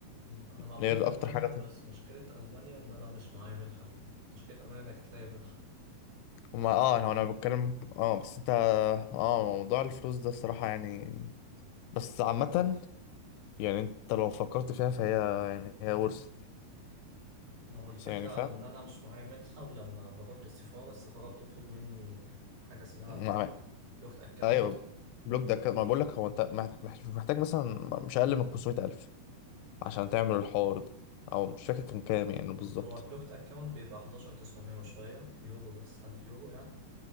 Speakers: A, on the right; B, on the left.
A: مم، انا مقبول
B: هي
A: في المانيا
B: أكتر حاجة في-
A: بس مشكله المانيا ان انا مش معايا منحه فيها مشكله المانيا انك تلاقي منحه
B: ما اه يعني هو أنا بتكلم اه بس أنت اه موضوع الفلوس ده الصراحة يعني بس عامة يعني أنت لو فكرت فيها فهي يعني هي ورثة
A: ما هو الفكره
B: بس يعني
A: ان انا مش معايا منحه ولما بروح للسفاره السفاره بتطلب مني حاجه اسمها
B: فاهم
A: البلوكت اكاونت
B: ايوه بلوك ده كده ما بقول لك هو انت مح- مح- محتاج مثلا مش اقل من 500000 عشان تعمل الحوار ده او مش فاكر كان كام يعني بالظبط
A: هو البلوكت اكاونت بيبقى 11900 وشويه يورو بس 1000 يورو يعني